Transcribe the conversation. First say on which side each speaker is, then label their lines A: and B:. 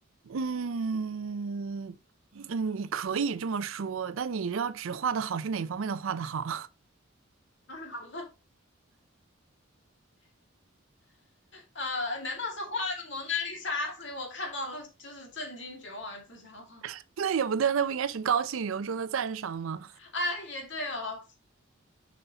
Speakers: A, on the right (about 75°); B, on the left (about 60°).
A: 嗯嗯，你可以这么说，但你要只画的好是哪方面的画的好？
B: <laughs> 啊，好呃，难道是画了个蒙娜丽莎，所以我看到了就是震惊、绝望而自杀吗？
A: <laughs> 那也不对，那不应该是高兴由衷的赞赏吗？
B: <laughs> 啊，也对哦，